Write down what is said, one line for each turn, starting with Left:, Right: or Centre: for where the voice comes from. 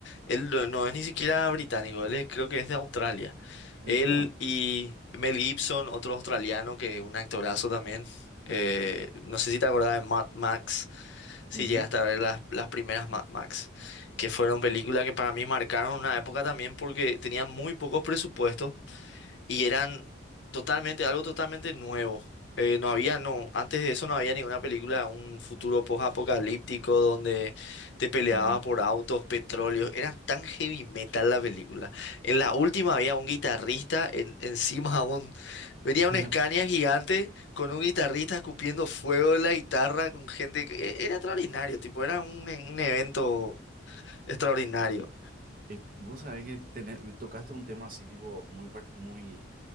Left: él no no es ni siquiera británico, él es- creo que es de Australia.
Right: ¿En
Left: Él
Right: serio?
Left: y Mel Gibson, otro australiano que es un actorazo también. Eh, no sé si te acordás de Mad Max, si
Right: Ujú,
Left: llegaste a ver las, las primeras Mad Max, que fueron películas que para mí marcaron una época también porque tenían muy pocos presupuestos y eran totalmente, algo totalmente nuevo. Eh, no había, no, antes de eso no había ninguna película, un futuro post-apocalíptico donde te peleaba
Right: claro.
Left: por autos, petróleo, era tan heavy metal la película. En la última había un guitarrista en, encima de un, venía
Right: <laughs>
Left: un Scania gigante con un guitarrista escupiendo fuego de la guitarra con gente, que- e- era extraordinario, tipo, era un, un evento extraordinario.
Right: Y eh, vos sabés que tenés- eh, tocaste un tema así, tipo, muy, par- muy,